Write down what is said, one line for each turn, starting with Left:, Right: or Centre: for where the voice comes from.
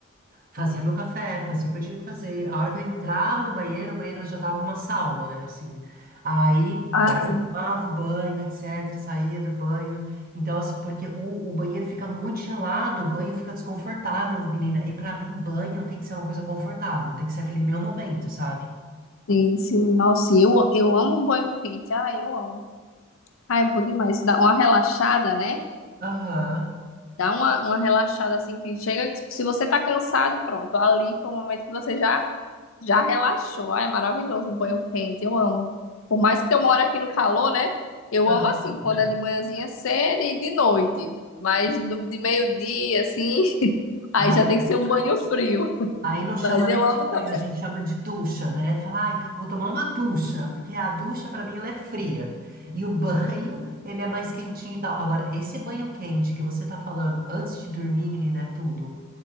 Right: Fazia meu café, fazia o que eu tinha que fazer. A hora que eu entrava no banheiro, o banheiro já tava uma sauna, né? Assim. Aí,
Left: Ah,
Right: daí eu tomava o banho, etc. Saía do banho. Então, assim, porque o, o banheiro fica muito gelado, o banho fica desconfortável, menina. E pra mim, banho tem que ser uma coisa confortável, tem que ser aquele meu momento, sabe?
Left: sim, sim. Nossa, eu, eu amo um banho quente. Ah, eu amo. Ah, é bom demais. Dá uma relaxada, né?
Right: Aham.
Left: Dá uma, uma relaxada assim que chega. Se você tá cansado, pronto. Ali foi o momento que você já Já relaxou. Ah, é maravilhoso um banho quente. Eu amo. Por mais que eu moro aqui no calor, né? Eu
Right: aham.
Left: amo assim, quando é de manhãzinha cedo e de noite. Mas no- de meio-dia, assim, <laughs> aí
Right: Ai,
Left: já tem que ser um banho frio.
Right: Aí não chama
Left: Mas
Right: nem
Left: eu amo
Right: de banho,
Left: também.
Right: a gente chama de ducha, né? Fala, ai, vou tomar uma ducha, porque a ducha pra mim ela é fria. E o banho, ele é mais quentinho e tal. Agora, esse banho quente que você tá falando antes de dormir, menina, é tudo.